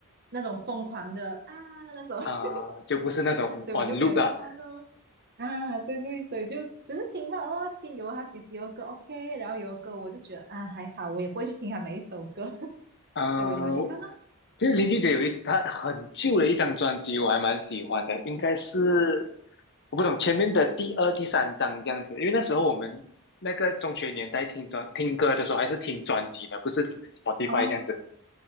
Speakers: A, on the right; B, on the left.
A: 那种疯狂的啊那种，
B: 啊、
A: <laughs>
B: 就不是那种
A: 所以我就没有去看哦。
B: on l o 啦。
A: <laughs> 啊，对对，所以就只是听到哦，听有他有歌 OK，然后有歌我就觉得啊还好，我也不会去听他每一首歌，<laughs>
B: 嗯、
A: 所以我也没有去看哦。
B: 我其实林俊杰有意思，他很旧的一张专辑，我还蛮喜欢的，应该是我不懂前面的第二、第三张这样子，因为那时候我们那个中学年代听专听歌的时候，还是听专辑的，不是听 Spotify
A: 哦
B: 这样子，